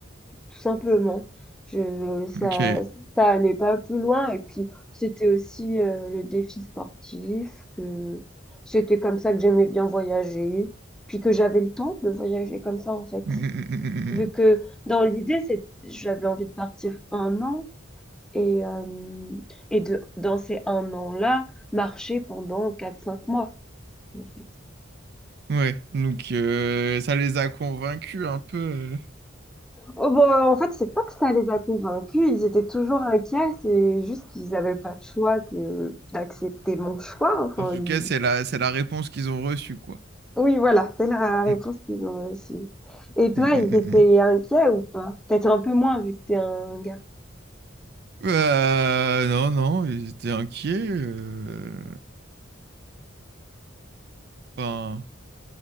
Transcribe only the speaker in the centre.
tout simplement. Je, ça,
ça allait pas plus loin. Et puis, c'était aussi euh, le défi sportif, que c'était comme ça que j'aimais bien voyager, puis que j'avais le temps de voyager comme ça, en fait.
Vu
que dans l'idée, c'est, j'avais envie de partir un an et, euh, et de, dans ces un an-là, marcher pendant quatre cinq mois, en fait.
Oh bah, en fait, c'est pas que ça les a convaincus, ils étaient toujours inquiets, c'est juste qu'ils avaient pas le choix que d'accepter mon choix, enfin,
ils
oui, voilà, c'est la réponse
qu'ils ont reçue. Et toi,
ils étaient
inquiets ou pas? Peut-être un peu moins vu que t'es un garçon